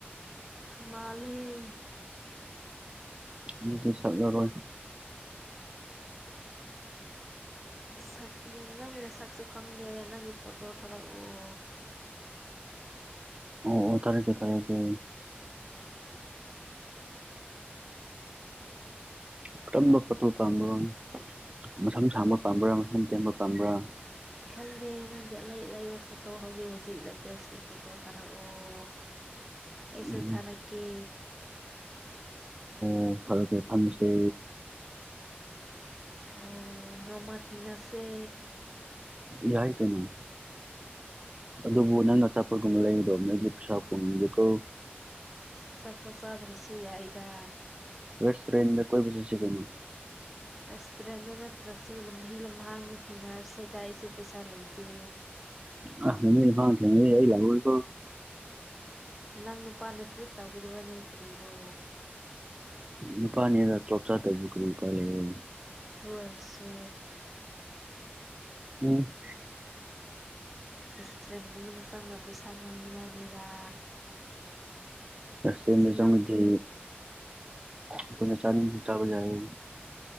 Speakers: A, in the centre; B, on the right (about 25°).
A: ꯃꯥꯜꯂꯦ
B: ꯑꯗꯨꯗꯤ ꯁꯛꯂꯔꯣꯏ
A: ꯁꯛ ꯂꯤ ꯅꯪꯒꯤ ꯅꯁꯛꯁꯨ ꯈꯪꯗꯦ ꯅꯪꯒꯤ ꯐꯣꯇꯣ ꯊꯥꯔꯛꯑꯣ
B: ꯑꯣ ꯑꯣ ꯊꯥꯔꯛꯀꯦ ꯊꯥꯔꯛꯀꯦ ꯀꯔꯝꯕ ꯐꯣꯠꯇꯣ ꯄꯥꯝꯕ꯭ꯔꯣ ꯃꯁꯝ ꯁꯥꯡꯕ ꯄꯥꯝꯕ꯭ꯔꯣ ꯃꯁꯝ ꯇꯦꯟꯕ ꯄꯥꯝꯕ꯭ꯔꯥ
A: ꯑꯩ ꯈꯪꯗꯦ ꯅꯪꯒꯤ ꯑꯩꯂꯩ ꯑꯂꯩꯕ ꯐꯣꯇꯣ ꯍꯧꯖꯤꯛ ꯍꯧꯖꯤꯛ ꯂꯦꯇꯦꯁꯀꯤ ꯐꯣꯇꯣ ꯊꯥꯔꯛꯑꯣ ꯑꯩꯁꯨ
B: ꯎꯝ
A: ꯊꯥꯔꯛꯀꯦ
B: ꯑꯣ ꯊꯥꯔꯛꯀꯦ ꯊꯝꯃꯁꯦ
A: ꯑꯣ ꯅꯣꯡꯃ ꯊꯦꯡꯅꯁꯦ
B: ꯌꯥꯏ ꯀꯩꯅꯣ ꯑꯗꯨꯕꯨ ꯅꯪꯅ ꯑꯆꯥꯄꯣꯠꯒꯨꯝꯕ ꯂꯩꯕꯗꯧꯅꯗꯤ ꯄꯩꯁꯥꯀꯣꯟꯅꯗꯦꯀꯣ
A: ꯑꯆꯥꯄꯣꯠ ꯆꯥꯗ꯭ꯔꯁꯨ ꯌꯥꯏꯗ
B: ꯔꯦꯁꯇꯨꯔꯦꯟꯗ ꯀꯣꯏꯕ ꯆꯠꯁꯤꯗꯅ
A: ꯔꯦꯁꯇꯨꯔꯦꯟꯗ ꯅꯠꯇ꯭ꯔꯁꯨ ꯂꯝꯕꯤ ꯂꯝꯍꯥꯡꯗ ꯊꯦꯡꯅꯔꯁꯦꯗꯥꯏꯁꯨ ꯄꯩꯁꯥ ꯂꯩꯇꯦ
B: ꯑꯥ ꯂꯝꯕꯤ ꯂꯝꯒꯥꯡꯗ ꯊꯦꯡꯅꯔꯗꯤ ꯑꯩ ꯂꯥꯛꯑꯣꯏꯀꯣ
A: ꯅꯪ ꯅꯨꯄꯥꯅ ꯇ꯭ꯔꯤꯠ ꯇꯧꯒꯗꯕꯅꯦ ꯀꯔꯤꯔꯣ
B: ꯅꯨꯄꯥꯅꯦꯗ ꯇꯣꯆꯔ ꯇꯧꯏꯗꯣ ꯀꯔꯤ ꯎꯄꯥꯏ ꯂꯩ ꯑꯩ
A: ꯑꯗꯨ ꯑꯣꯏꯔꯁꯨ
B: ꯎꯝ
A: ꯔꯦꯁꯇꯨꯔꯦꯟ ꯃꯅꯨꯡꯗ ꯆꯪꯉ ꯄꯩꯁꯥ ꯃꯥꯡꯅꯤꯡꯉꯥꯏꯅꯤꯗ
B: ꯔꯦꯁꯇꯨꯔꯦꯟꯗ
A: ꯆꯤꯡꯉꯝ
B: ꯆꯪꯉꯗꯤ ꯑꯩꯈꯣꯏꯅ ꯆꯅꯤꯡꯕꯗꯣ ꯆꯥꯕ ꯖꯥꯏꯑꯦ